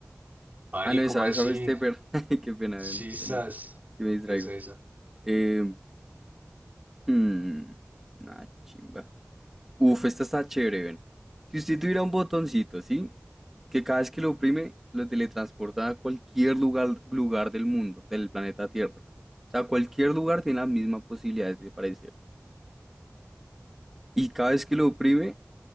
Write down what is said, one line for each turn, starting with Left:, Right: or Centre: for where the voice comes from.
Right: Mani,
Centre: Ah, no, esa,
Right: ¿cómo así?
Centre: esa fue Stepper. <laughs> Ay, qué pena,
Right: Sisas.
Centre: ven, qué pena que me distraigo.
Right: Eso, eso.
Centre: Eh, hmm, nah, chimba. Uf, esta está chévere, ven. Si usted tuviera un botoncito, ¿sí? Que cada vez que lo oprime, lo teletransporta a cualquier lugar, lugar del mundo, del planeta Tierra. O sea, cualquier lugar tiene las mismas posibilidades de aparecer. Y cada vez que lo oprime,